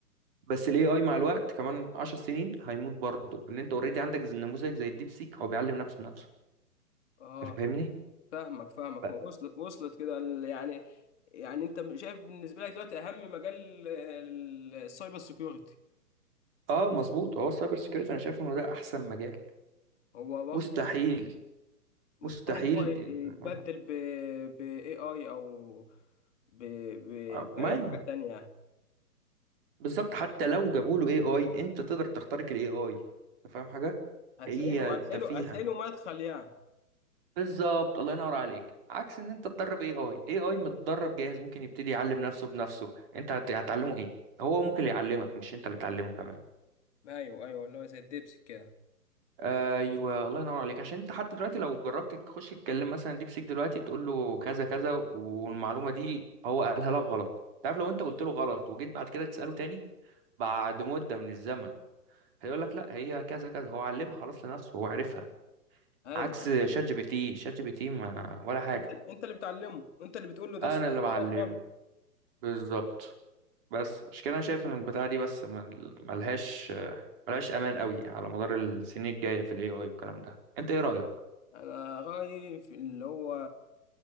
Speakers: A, on the right (about 35°); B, on the left (about 45°).
A: بس الاي اي مع الوقت كمان 10 سنين هيموت برضه ان انت اوريدي عندك زي- نموذج زي الديب سيك هو بيعلم نفسه بنفسه
B: آه
A: أنت فاهمني
B: فاهمك فاهمك
A: ف-
B: وصلت وصلت كده ال- يعني يعني انت شايف بالنسبه لك دلوقتي اهم مجال ال- السايبر سيكيورتي
A: اه مظبوط هو السايبر سيكيورتي انا شايف انه ده احسن مجال
B: هو برضه
A: مستحيل
B: لا، مستحيل
A: مستحيل
B: ان هو يتبدل
A: إن- آه،
B: ب ب اي اي او ب ب
A: آه،
B: باي
A: ما ايوه
B: حاجه تانية يعني
A: بالظبط حتى لو جابوا له اي اي انت تقدر تخترق الاي اي انت فاهم حاجه
B: هتلاقي
A: هي
B: له هتلاقي
A: تفيهه
B: له هتلاقي له مدخل يعني
A: بالظبط الله ينور عليك عكس ان انت تدرب اي اي اي اي متدرب جاهز ممكن يبتدي يعلم نفسه بنفسه انت هت- هتعلمه ايه هو ممكن يعلمك مش انت اللي تعلمه كمان
B: ايوه ايوه اللي هو زي الدبس كده
A: ايوه الله ينور عليك عشان انت حتى دلوقتي لو جربت تخش تتكلم مثلا ديب سيك دلوقتي تقول له كذا كذا والمعلومه دي هو قالها لك غلط تعرف لو انت قلت له غلط وجيت بعد كده تساله تاني بعد مده من الزمن هيقول لك لا هي كذا كذا هو علمها خلاص لنفسه هو عارفها
B: ايوه
A: عكس
B: ايوه
A: شات جي بي تي شات جي بي تي ما ولا حاجه
B: انت انت اللي بتعلمه انت اللي بتقول له ده
A: انا
B: الصح
A: اللي بعلمه
B: ده الغلط
A: بالظبط بس عشان كده انا شايف ان البتاعه دي بس مل- ملهاش ملهاش امان قوي على مدار السنين الجايه في الاي اي والكلام ده انت ايه رايك
B: انا رايي في اللي هو